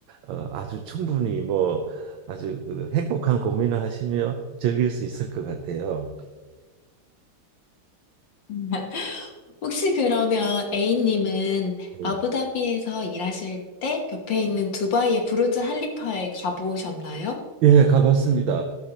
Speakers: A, on the right (about 70°); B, on the left (about 60°).
A: 어, 아주 충분히 뭐 아주 그 행복한 고민을 하시며 즐길 수 있을 것 같아요.
B: <laughs> 혹시 그러면 A님은 아부다비에서
A: 예,
B: 일하실 때 옆에 있는 두바이의 부르즈 할리파에 가보셨나요?
A: 예, 가봤습니다.